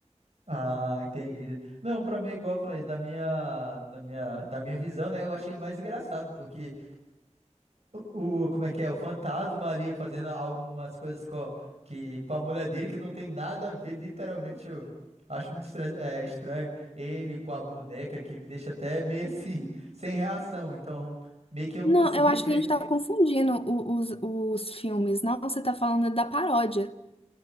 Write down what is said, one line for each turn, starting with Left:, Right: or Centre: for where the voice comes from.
Right: Ah, entendi. Não, pra mim, igual eu falei, da minha, da minha, da minha visão, né? Eu achei mais engraçado, porque o, o- como é que é? O fantasma ali fazendo algumas coisas com, a- que, com a mulher dele que não tem nada a ver, literalmente. Eu acho muito estra- é, estranho. Ele com a boneca que me deixa até meio assim, <laughs> sem reação. Então, meio que eu
Left: Não,
Right: não consegui
Left: eu acho
Right: ver.
Left: que a gente
Right: isso.
Left: tá confundindo o- os, os filmes. Não, você tá falando da paródia.